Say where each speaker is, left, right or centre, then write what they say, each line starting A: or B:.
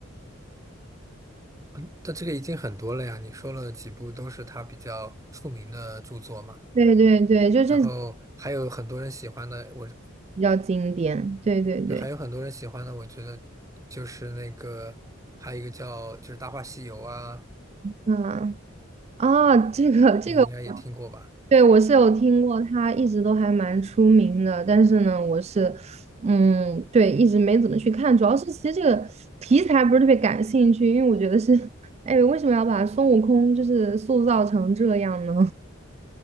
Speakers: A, on the right (about 15°); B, on the right (about 30°).
A: 嗯，但这个已经很多了呀。你说了几部都是他比较出名的著作嘛。
B: <laughs> 对对对，就这。
A: 然后还有很多人喜欢的，我
B: 比较经典。对对对，
A: 就还有很多人喜欢的，我觉得就是那个还有一个叫就是《大话西游》啊，
B: 嗯啊，这个这个，
A: 你应该也听过吧？
B: 对我是有听过，他一直都还蛮出名的，但是呢，我是嗯，对，一直没怎么去看，主要是其实这个题材不是特别感兴趣，因为我觉得是，<laughs> 哎，为什么要把孙悟空就是塑造成这样呢？